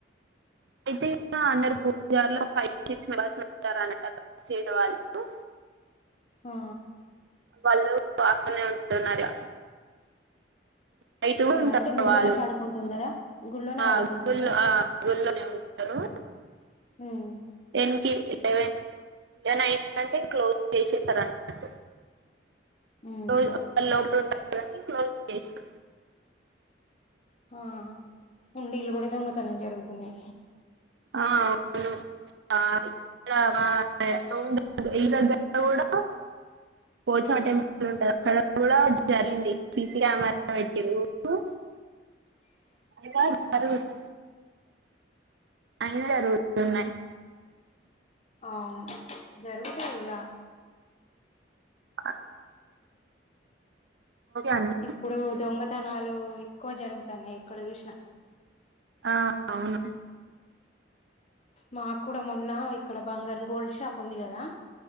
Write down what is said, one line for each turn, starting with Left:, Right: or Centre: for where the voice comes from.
Right: అయితే ఇగ అందరు పూజారులో ఫైవ్ సిక్స్ మెంబర్స్ ఉంటారు అన్నట్ చేసే వాళ్ళు <unintelligible> <inaudible>
Left: ఆ
Right: వాళ్ళు బాగానే ఉంటున్నారుగా నైట్ కూడా ఉంటారు
Left: అంటే గుళ్ళోనే
Right: వాళ్ళు
Left: పడుకుంటున్నారా గుళ్ళోనే
Right: ఆ
Left: పడుకుంటుండ్రా
Right: గుల్లో గుల్లోనే ఉంటారు
Left: ఉమ్
Right: ఎన్కి లెవెన్ ఇగ నైట్ అంటే క్లోజ్ చేసేస్తరు అన్నట్టు
Left: ఉమ్
Right: రోజ్ వాళ్ళు లోపల ఉంటర్ గాని క్లోజ్ చేస్తార్
Left: ఆ హుండిలలో కూడా దొంగతనం జరుగుతున్నాయి
Right: ఆ, అవును ఆ ఇక్కడ మా రూం దగ్గర ఇల్లు దగ్గర కూడా పోచమ్మ టెంపుల్ ఉంటది అక్కడ కూడా జరిగింది సిసి కెమెరా పెట్టిన్రూ అది కాద్ మరుగుడు <inaudible> అయినా జరుగుతున్నాయి
Left: అవును జరుగుతాయి ఇగ
Right: ఆక్ <inaudible> అండి
Left: ఇప్పుడు దొంగతనాలు ఎక్కువ జరుగుతన్నయి ఎక్కడ చూసినా
Right: ఆహ్ అవును
Left: మాక్ కూడా మొన్న ఇక్కడ బంగారం గోల్డ్ షాప్ ఉంది కదా